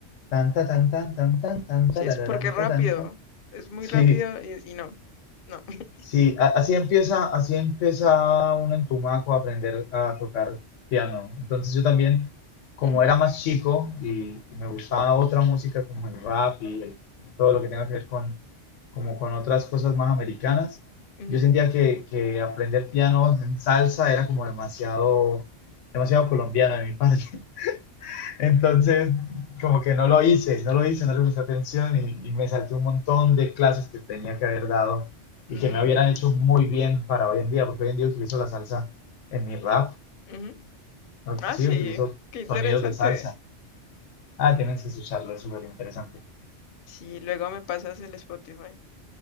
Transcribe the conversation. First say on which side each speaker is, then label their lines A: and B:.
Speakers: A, on the left (about 85°); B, on the left (about 55°).
A: Tan, ta, tan, tan, tan, tan, tan,
B: Sí,
A: tarararán,
B: es porque es rápido,
A: tarán, tan.
B: es muy
A: Sí,
B: rápido y, y no, no. <laughs>
A: sí, a- así empieza, así empieza uno en Tumaco a aprender a tocar piano. Entonces yo también, como
B: Ujú,
A: era más chico y, y me gustaba otra música como el rap y, el- y todo lo que tenga que ver con, como con otras cosas más americanas,
B: ujú,
A: yo sentía que, que aprender piano en salsa era como demasiado, demasiado colombiano de mi parte. Entonces, como que no lo hice, no lo hice, no le presté atención y, y me salté un montón de clases que tenía que haber dado
B: mm,
A: y que me hubieran hecho muy bien para hoy en día, porque hoy en día utilizo la salsa en mi rap,
B: ujú.
A: ¿no?
B: Ah,
A: Sí,
B: sí,
A: utilizo
B: qué interesante.
A: sonidos de salsa. Ah, tienes que escucharlo, es súper interesante.
B: Sí, luego me pasas el Spotify.